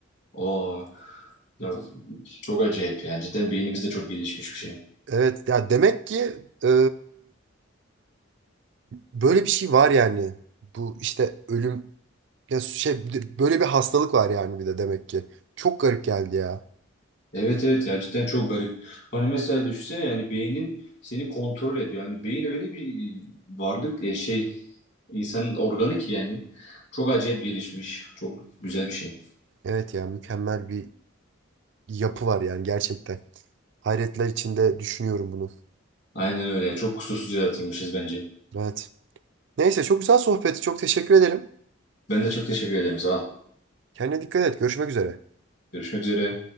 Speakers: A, on the left; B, on the right.
A: Oo. Ya, çok acayip yani. Cidden beynimiz de çok gelişmiş bir şey.
B: Evet ya demek ki e, böyle bir şey var yani. Bu işte ölüm ya şey böyle bir hastalık var yani bir de demek ki. Çok garip geldi ya.
A: Evet evet ya cidden çok garip. Hani mesela düşünsene yani beynin seni kontrol ediyor. Yani beyin öyle bir varlık e, şey insanın organı ki yani çok acayip gelişmiş. Çok güzel bir şey.
B: Evet ya mükemmel bir yapı var yani gerçekten. Hayretler içinde düşünüyorum bunu.
A: Aynen öyle ya. Çok kusursuz yaratılmışız bence.
B: Evet. Neyse çok güzel sohbeti Çok teşekkür ederim.
A: Ben de çok teşekkür ederim. Sağ ol.
B: Kendine dikkat et. Görüşmek üzere.
A: Görüşmek üzere.